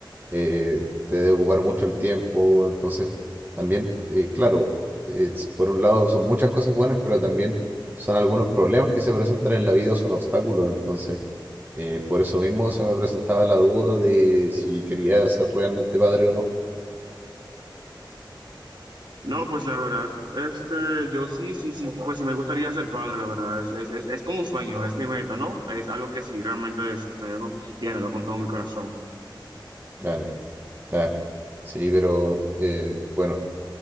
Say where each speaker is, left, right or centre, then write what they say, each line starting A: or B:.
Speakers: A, on the right; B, on the right.
A: eh, te debe ocupar mucho el tiempo, entonces también, eh, claro, es- por un lado son muchas cosas buenas, pero también son algunos problemas que se presentan en la vida, son obstáculos, entonces eh, por eso mismo se me presentaba la duda de si quería ser realmente padre o no.
B: No, pues la verdad, este, yo sí, sí, sí, pues sí me gustaría ser padre, la verdad, es, es, es, es como un sueño, es mi meta, ¿no? Es algo que sí realmente deseo y anhelo con todo mi corazón.
A: Claro, claro, sí, pero eh, bueno.